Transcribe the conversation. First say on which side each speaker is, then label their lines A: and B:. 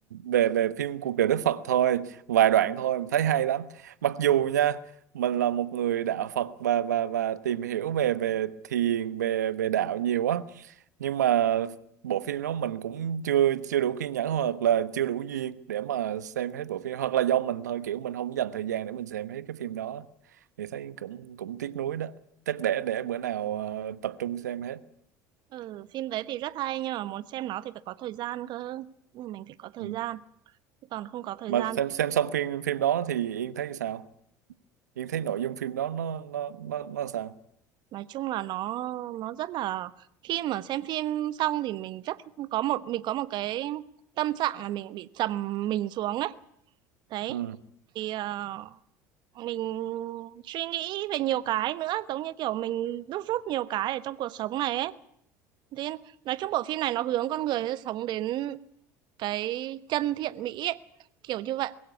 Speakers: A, on the right; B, on the right.
A: về về phim cuộc đời Đức Phật thôi vài đoạn thôi mà thấy hay lắm mặc dù nha mình là một người đạo Phật và và và tìm hiểu về về thiền về về đạo nhiều á nhưng mà bộ phim đó mình cũng chưa chưa đủ kiên nhẫn hoặc là chưa đủ duyên để mà xem hết bộ phim hoặc là do mình thôi kiểu mình không dành thời gian để mình xem hết cái phim đó thì thấy cũng cũng tiếc nuối đó chắc để để bữa nào ờ, tập trung xem hết
B: ừ, phim đấy thì rất hay nhưng mà muốn xem nó thì phải có thời gian cơ Ừ, mình phải có thời
A: ừ.
B: gian chứ còn không có thời
A: mà
B: gian
A: xem xem xong phim phim đó thì Yên thấy sao Yên thấy nội dung phim đó nó nó nó nó sao
B: nói chung là nó nó rất là khi mà xem phim xong thì mình rất có một mình có một cái tâm trạng là mình bị trầm mình xuống ấy đấy
A: ừ.
B: thì ờ, mình suy nghĩ về nhiều cái nữa giống như kiểu mình đúc rút nhiều cái ở trong cuộc sống này ấy nên nói chung bộ phim này nó hướng con người sống đến cái chân thiện mỹ ấy kiểu như vậy